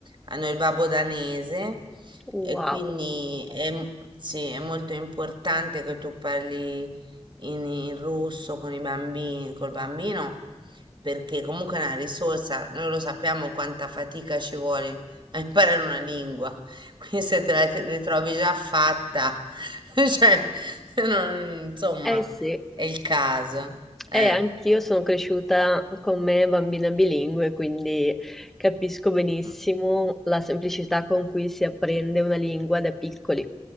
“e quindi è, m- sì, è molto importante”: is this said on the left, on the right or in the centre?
Right